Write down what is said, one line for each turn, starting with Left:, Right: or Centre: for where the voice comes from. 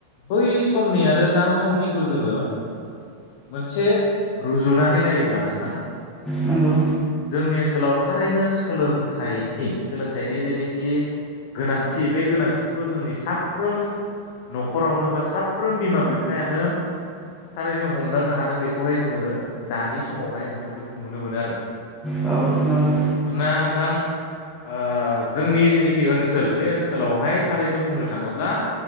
Left: बै समनि आरो दा समनिखौ जोङो मोनसे रुजुनानै नायोब्ला नोंथां
Centre: नंगौ
Left: जोंनि ओनसोलाव थारैनो सोलोंथाइनि सोलोंथाइनि जेनोखि गोनांथि बे गोनांथिखौ जोंनि साफ्रोम न'खरावनो बा साफ्रोम बिमा बिफायानो थारैनो हमदांनो हादों बेखौहाय जोङो दानि समावहाय नोंथां बेखौ नुनो मोनो आरो
Centre: औ नंगौ
Left: मानोना नोंथां ओ जोंनि जेनोखि ओनसोल बे ओनसोलावहाय थारैनो बुंनो थाङोब्ला